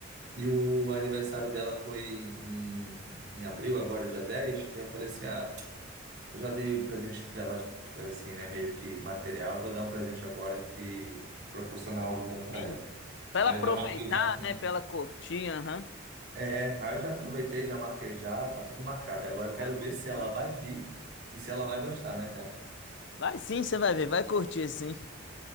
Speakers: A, on the right; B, on the left.
A: E o aniversário dela foi em, em abril, agora é dia dez Eu falei assim, ah. Eu já dei um presente dela, assim, né? Meio que material. Vou dar um presente agora que proporcionar algo bom para
B: Sim.
A: ela.
B: Pra
A: Aí
B: ela aproveitar,
A: já marquei já. com-
B: né, pra ela curtir, aham.
A: É, aí eu já aproveitei, já marquei já, tá tudo marcado. E Agora eu quero
B: Vai, bom
A: ver se
B: demais.
A: ela vai vir e se ela vai gostar, né, cara?
B: Vai sim, você vai ver, vai curtir sim.